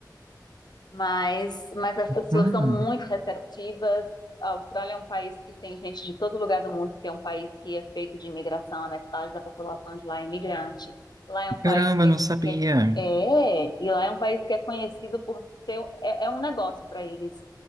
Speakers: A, on the left; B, on the right.
A: Mas, mas as pessoas
B: hum.
A: são muito receptivas. A Austrália é um país que tem gente de todo lugar do mundo, que é um país que é feito de imigração, a metade da população de lá é imigrante. Lá é um país
B: Caramba,
A: que é,
B: não sabia.
A: que é, é, e lá é um país que é conhecido por ser, é, é um negócio para eles,